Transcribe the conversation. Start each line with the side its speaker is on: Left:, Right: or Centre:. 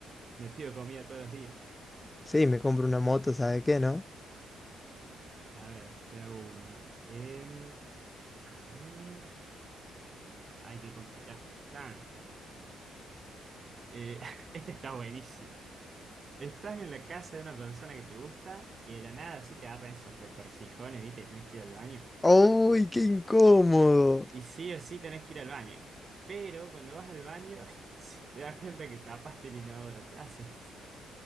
Right: me pido comida todos los días.
Left: Sí, me compro una moto, ¿sabe qué, no?
Right: A ver, te hago uno. Em, a ver, ay, qué complicadas que están. Eh, <laughs> esta está buenísima. Estás en la casa de una persona que te gusta y de la nada así te agarran esos retorcijones, ¿viste? Que tenés que ir al baño.
Left: ¡Uy, qué incómodo!
Right: Y sí o sí tenés que ir al baño. Pero cuando vas al baño, <laughs> si te das cuenta que tapaste el inodoro, ¿qué haces?